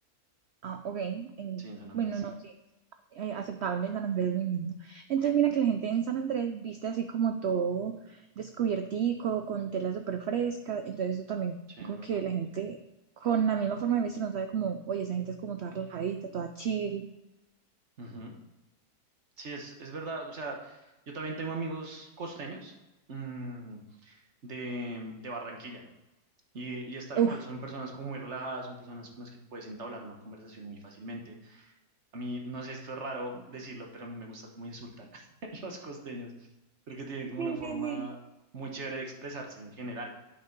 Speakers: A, on the right; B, on the right.
A: Ah, ok. en-
B: Sí, en San Andrés.
A: bueno, no, sí. eh, aceptable, San Andrés es muy lindo. Entonces, mira que la gente en San Andrés viste así como todo descubiertico, con tela súper fresca. Entonces, eso también,
B: Sí, es
A: como
B: verdad.
A: que la gente con la misma forma de vestir, no sabe como, oye, esa gente es como toda relajadita, toda chill.
B: Ujú. Sí, es, es verdad. O sea, yo también tengo amigos costeños mm, de, de Barranquilla. Y, y es tal
A: Uf,
B: cual, son personas como muy relajadas, son personas con las que tú puedes entablar una conversación muy fácilmente. A mí, no sé, esto es raro decirlo, pero a mí me gusta cómo insultan <laughs> los costeños. Creo que tienen
A: Sí,
B: como una forma
A: sí, sí.
B: muy chévere de expresarse en general.